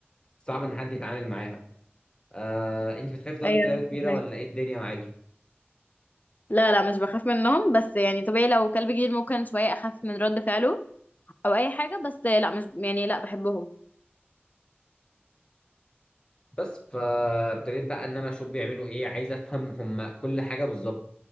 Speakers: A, on the left (about 20°); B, on the left (about 40°).
A: صعب ان حد يتعامل معاها آه انت بتخافي طب
B: ايوه
A: من الكلاب الكبيره
B: فهماك
A: ولا ايه الدنيا معاكي؟
B: لا لا مش بخاف منهم بس يعني طبيعي لو كلب جديد ممكن شوية أخاف من رد فعله أو أي حاجة بس لا مش يعني لا بحبهم
A: بس فابتديت بقى ان انا اشوف بيعملوا ايه عايز افهم هم كل حاجه بالظبط